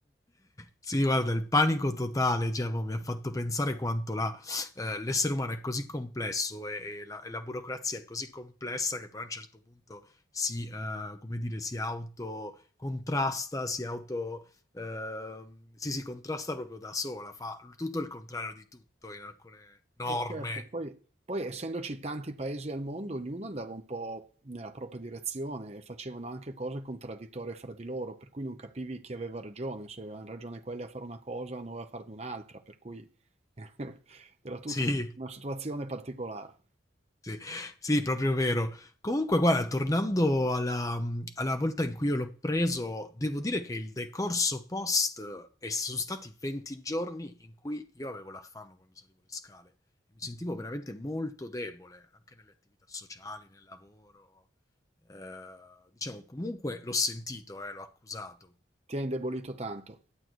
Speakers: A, on the left; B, on the right.
A: Sì, guarda, il panico totale, cioè, mo, mi ha fatto pensare quanto la, eh, l'essere umano è così complesso e, e la, e la burocrazia è così complessa che poi a un certo punto si, eh, come dire, si autocontrasta, si auto, ehm, sì, si contrasta proprio da sola, fa tutto il contrario di tutto in alcune norme.
B: Eh, certo, poi, poi essendoci tanti paesi al mondo, ognuno andava un po' nella propria direzione e facevano anche cose contraddittorie fra di loro, per cui non capivi chi aveva ragione, se avevano ragione quelli a fare una cosa, o noi a farne un'altra, per cui <laughs> era tutta
A: Sì.
B: una situazione particolare.
A: Sì, sì, proprio vero. Comunque, guarda, tornando alla, alla volta in cui io l'ho preso, devo dire che il decorso post eh, e sono stati 20 giorni in cui io avevo l'affanno quando salivo le scale e mi sentivo veramente molto debole anche nelle attività sociali, nel lavoro. Eh, diciamo, comunque l'ho sentito, eh, l'ho accusato.
B: Ti ha indebolito tanto.